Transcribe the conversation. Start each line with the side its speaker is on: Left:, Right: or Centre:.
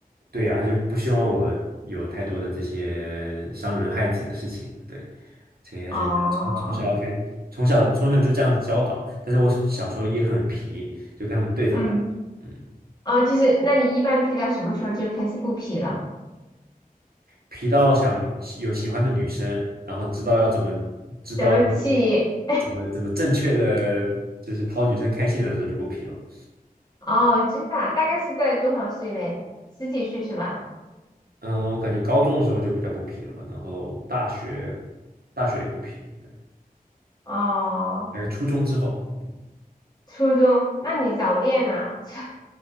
Right: 对呀、他就不希望我有太多的这些伤人害己的事情，对，所以他就要从从小要开，
Left: 哦，
Right: 从小从小就这样教导，但是我小时候也很皮，就跟他们对着来，
Left: 嗯，
Right: 嗯，
Left: 哦，就是那你一般皮到什么时候就开始不皮了？
Right: 皮到想有喜欢的女生，然后知道要怎么知道
Left: 怎么去？
Right: 怎么怎么正确的，就是讨女生开心的时候就不皮了。
Left: <laughs> 哦，真的啊大概是在多少岁嘞？十几岁是吧？
Right: 嗯，我感觉高中的时候就比较不皮了嘛，然后大学大学也不皮，对，
Left: 哦。
Right: 大概初中之后，
Left: 初中，那你早恋呐、<laughs>